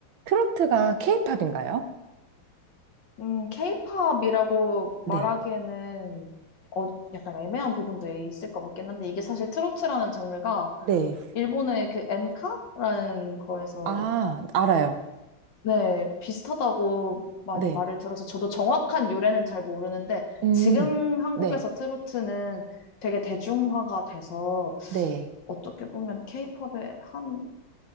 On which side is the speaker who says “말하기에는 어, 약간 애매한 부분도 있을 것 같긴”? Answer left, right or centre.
Left